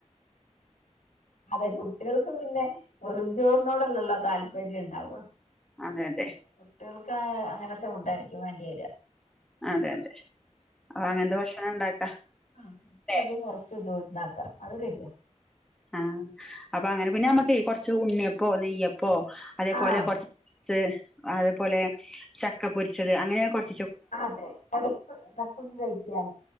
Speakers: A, on the left; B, in the centre.
A: അതെ കുട്ട്യേൾക്ക് ക്ക് പിന്നെ വെറിഞ്ചോറിനോടല്ലല്ലോ താല്പര്യം ഇണ്ടാവുക
B: അതെ അതെ
A: കുട്ട്യേൾക്ക് ആ അങ്ങനെത്തെ ഫുഡായിരിക്കും വേണ്ടി വരിക
B: അതെ അതെ അപ്പൊ അങ്ങനത്തെ ഭക്ഷണം ഉണ്ടാക്കാ
A: ആ
B: ല്ലേ
A: അതും കുറച്ച് ഇതും ഇണ്ടാ ക്കാ അത് റഡിയാ
B: ആഹ് അപ്പൊ അങ്ങനെ പിന്നെ നമ്മുക്ക് കുറച്ച് ഉണ്ണിയപ്പോ നെയ്യപ്പോ പ്പോ അതേപോലെ
A: ആഹ്
B: കൊറച്ച് അതേപോലെ ചക്ക പൊരിച്ചത് അങ്ങനെ കൊണ്ട്
A: അതെ ഇടക്ക് ഇടക്കൊന്ന് കഴിക്കാ